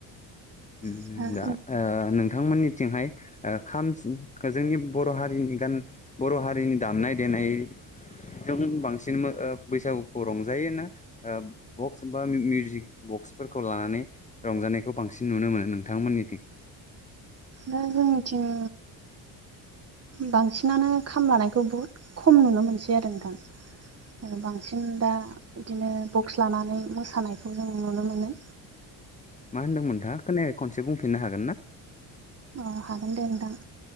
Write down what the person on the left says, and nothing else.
उम
दा ओ नोंथांमोननिथिंहाय ओ खाम जोंनि बर' हारिनि गान बर' हारिनि दामनाय देनाय जों बांसिन बैसागुखौ रंजायो होनना ओ बक्स बा मिउजिक बक्सफोरखौ लानानै रंजानायखौ बांसिन बांसिन नुनो मोनो नोंथांमोननिथिं।
मा होनदोंमोन नोंथांआ खोनायाखै खनसे बुंफिननो हागोन ना?